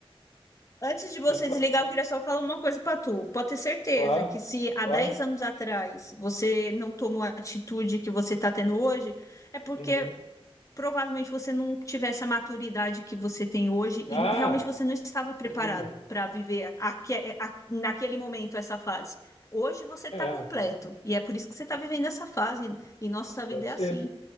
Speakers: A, on the left; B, on the left.
A: antes de você
B: mas cla-
A: desligar, eu queria só falar uma coisa para tu. Pode ter certeza
B: claro,
A: que se há
B: claro.
A: 10 anos atrás você não tomou a atitude que você está tendo hoje, é porque
B: Uhum.
A: provavelmente você não tivesse a maturidade que você tem hoje e
B: Ah,
A: realmente você não estava
B: sem
A: preparado
B: dúvida.
A: para viver aque- é, a- naquele momento essa fase. Hoje você está
B: É.
A: completo e é por isso que você está vivendo essa fase e nossa vida
B: Pode
A: é
B: ser.
A: assim.